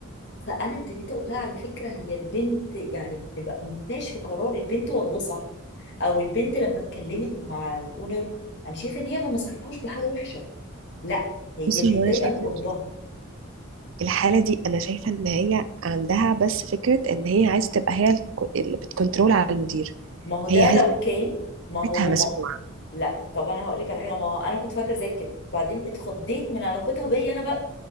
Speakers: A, on the left; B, on the right.
A: فأنا ابتديت أقول لها على فكرة هي البنت يعني نبقى بنتناقش في قرار البنت واخداه صح أو البنت لما اتكلمت مع الأونر أنا شايفة إن هي ما نصحتهاش بحاجة وحشة لا هي
B: بصي
A: متضايقه
B: هو انا شايفه
A: من قربها
B: إن الحاله دي انا شايفه ان هي عندها بس فكره ان هي عايزه تبقى هي الك- اللي بتكنترول على المدير
A: ما هو ده
B: هي عايزه
A: لو كان ما هو
B: بيتها مسموع
A: ما لا طب انا هقول لك على حاجه ما هو انا كنت فاكره زي كده وبعدين اتخضيت من علاقتها بيا انا بقى